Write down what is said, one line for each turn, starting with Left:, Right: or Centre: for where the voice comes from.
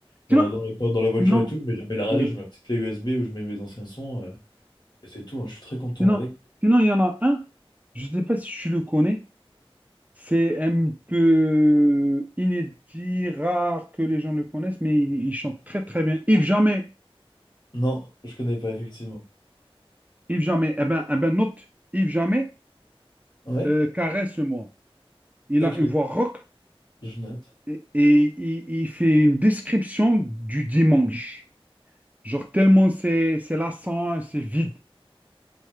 Left: Dans,
Right: Sinon,
Left: dans, les- dans la voiture
Right: sinon,
Left: et tout, je mets jamais la radio,
Right: oui.
Left: je mets ma petite clé USB où je mets mes anciens sons. euh. Et c'est tout, hein, je suis très content
Right: Sinon,
Left: avec.
Right: sinon, il y en a un, je ne sais pas si tu le connais. C'est un peu inédit, rare que les gens le connaissent, mais il, il chante très très bien. Yves Jamais,
Left: Non, je connais pas, effectivement.
Right: Yves Jamais, eh ben, eh ben note, Yves Jamais,
Left: Ouais?
Right: euh, caresse-moi. Il
Left: Ok,
Right: a une voix rock
Left: je note.
Right: et, et il, il fait une description du dimanche. Genre tellement c'est c'est lassant, c'est vide.